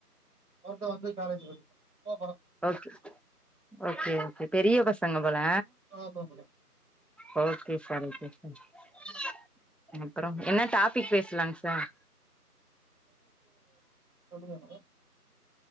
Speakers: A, on the right; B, in the centre.
A: ஒருத்த வந்து காலேஜ் படிக்கிறா அப்பா படம்
B: ஓகே ஓகேஓகே பெரிய பசங்க போல
A: ஆமா மேடம்
B: ஆ ஓகே சரி <inaudible> அப்ரோ என்ன டாபிக் பேசலாங் சார்
A: சொல்லுங்கமேடம்